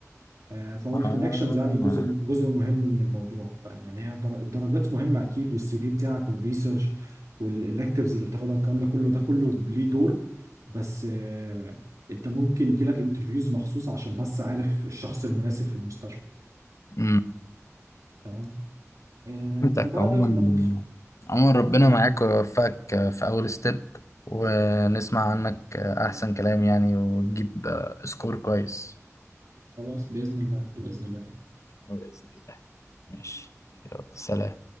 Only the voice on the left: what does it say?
آه.
امم
فهمتك
عموما
عموما ربنا
معاك ويوفقك في أول ستيب ونسمع عنك أحسن كلام يعني وتجيب سكور كويس
بإذن الله ماشي يلا سلام